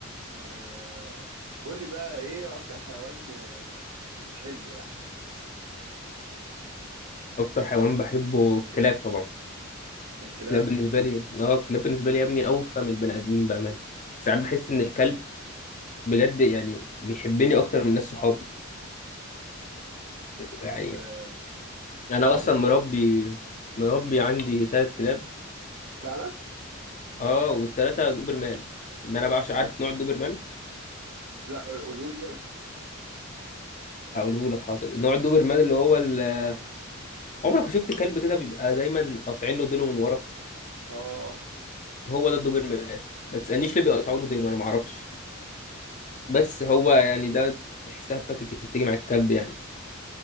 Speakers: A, on the right; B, on the left.
A: آه، قولي بقى ايه اكتر حيوان آه، بتحبه يعني
B: اكتر حيوان بحبه الكلاب طبعا
A: الكلاب
B: الكلاب بالنسبه لي اه الكلاب بالنسبه لي يا ابني اوفى من البني ادمين بامانه ساعات بحس ان الكلب بجد يعني بيحبني اكتر من ناس صحابي يعني
A: آه،
B: انا
A: طب
B: اصلا
A: و-
B: مربي مربي عندي ثلاث كلاب
A: فعلا
B: اه والثلاثه دوبرمان ان انا بعشق عارف نوع الدوبرمان
A: لا قولهولي كده
B: اقوله لك حاضر نوع الدوبرمان اللي هو ال- عمرك ما شفت الكلب كده بيبقى دايما قاطعين له ديله من ورا
A: اه
B: هو ده الدوبرمان ما تسالنيش ليه بيقطعوا له ديله انا ما اعرفش بس هو يعني ده تحسها باكج بتيجي مع الكلب يعني